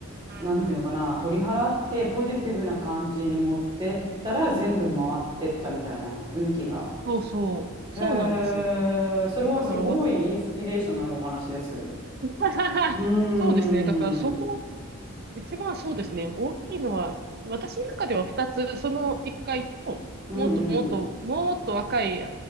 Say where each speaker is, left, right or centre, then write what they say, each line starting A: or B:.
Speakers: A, on the right; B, on the right.
A: なんていうのかな、
B: うんうん。
A: 取り払ってポジティブな感じに持ってったら全部回ってったみたいな運気が。
B: そうそう。そうなんです。
A: へえ、それはすごいインスピレーションのあるお話です。
B: だからわ、
A: う
B: <laughs>
A: ーん、
B: そうですね。だからそこ
A: うん
B: 一番そうですね、大きいのは、私の中では2つ、その1回と、
A: うん。
B: もっともっと、もっと若い、